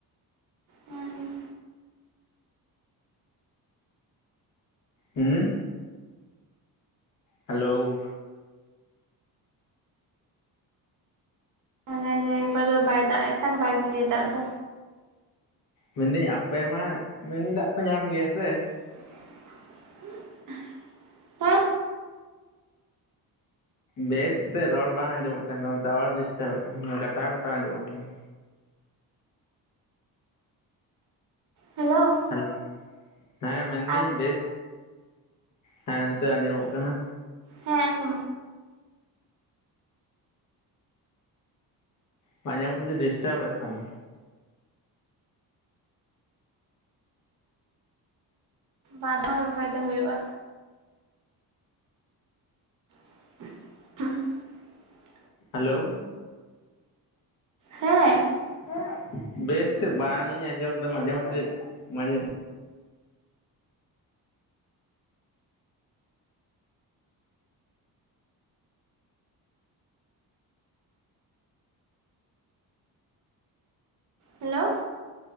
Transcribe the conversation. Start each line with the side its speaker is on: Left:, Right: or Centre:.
Right: ᱦᱩᱸ
Left: ᱦᱩᱸ᱾ ᱦᱮᱞᱳ᱾
Right: ᱚᱠᱟ ᱡᱟᱭᱜᱟ ᱚᱱᱠᱟ ᱫᱚ ᱵᱟᱭ ᱫᱟᱜ ᱮᱫ ᱠᱷᱟᱱ ᱵᱟᱝ ᱜᱮ ᱫᱟᱜ-ᱮ ᱫᱟ᱾
Left: ᱢᱮᱱᱫᱟᱹᱧ ᱟᱯᱮ ᱢᱟ, ᱢᱤᱱ ᱫᱟᱜ ᱯᱮ ᱧᱟᱢ ᱜᱮᱭᱟ ᱥᱮ᱾
Right: <inaudible>
Left: ᱵᱮᱥᱛᱮ ᱨᱚᱲ ᱵᱟᱝ ᱟᱡᱚᱢᱚᱜ ᱠᱟᱱ ᱛᱟᱢᱟ, ᱴᱟᱣᱟᱨ ᱰᱤᱥᱴᱟᱵᱮᱫ ᱛᱟᱢᱟ ᱠᱟᱴᱟᱣ ᱠᱟᱴᱟᱣ ᱟᱡᱚᱢᱚᱜ ᱠᱟᱱᱟ᱾
Right: ᱦᱮᱞᱳ᱾
Left: ᱦᱮᱞᱳ ᱦᱮᱸ ᱢᱮᱱᱫᱟᱹᱧ
Right: ᱟᱨ
Left: ᱵᱮᱥ ᱦᱮᱸ ᱱᱤᱛᱚᱜ ᱟᱡᱚᱢᱚᱜ ᱠᱟᱱᱟ᱾
Right: ᱦᱮᱸ ᱟᱡᱚᱢ
Left: ᱯᱟᱸᱡᱮ ᱢᱚᱫᱽᱫᱷᱮ ᱰᱤᱥᱴᱟᱵᱽ ᱮᱫ ᱛᱟᱢᱟ᱾
Right: ᱵᱟᱨ ᱫᱷᱣ ᱨᱚᱦᱚᱭ ᱫᱚ ᱦᱳᱭᱳᱜᱼᱟ᱾ <inaudible>
Left: ᱦᱮᱞᱳ᱾
Right: ᱦᱮᱸ᱾
Left: ᱦᱮᱸ ᱵᱮᱥᱛᱮ ᱵᱟᱝ ᱤᱧ ᱟᱸᱡᱚᱢ ᱮᱫᱟ ᱢᱟᱡᱷᱮ ᱢᱟᱡᱷᱮ ᱢᱟᱡᱷᱮ
Right: ᱦᱮᱞᱳ᱾